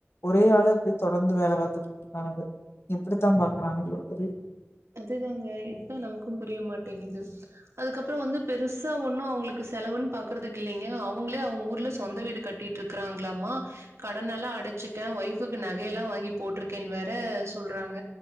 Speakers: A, on the left; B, on the right.
A: ஒரே ஆளு அப்டி தொடர்ந்து வேல பாத்துட் கனகு இப்புடுதா பாக்குறானுங்ளோ தெரிய்
B: அதுதாங்க இத்தா நமக்கு புரிய மாட்டேங்குது அதுக்கப்பற வந்து பெருசா ஒன்னு அவுங்ளுக்கு செலவுன் பாக்குறதுக் இல்லிங்க அவுங்ளே அவுங்க ஊர்ல சொந்த வீடு கட்டிட்ருக்குறாங்ளாமா கடனலா அட விச்சிட்ட ஒய்ஃபுக்கு நகயெல்லா வாங்கி போட்ருக்கேன் வேற சொல்றாங்க